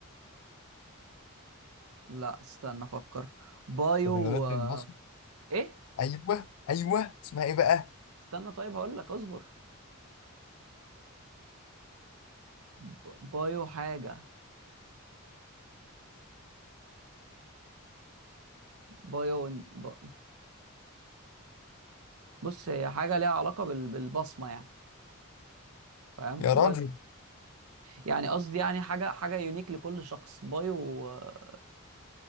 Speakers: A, on the right; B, on the left.
A: لا استنى افكر بايو
B: تكنولوجيا
A: آه،
B: البصمة
A: ايه
B: ايوه ايوه اسمها ايه بقى؟
A: استنى طيب هقول لك اصبر ب- بايو حاجة بايو ب... بص هي حاجة ليها علاقة بال... بالبصمة يعني فاهم
B: يا
A: باي...
B: راجل
A: يعني قصدي يعني حاجة حاجة يونيك لكل شخص بايو آه،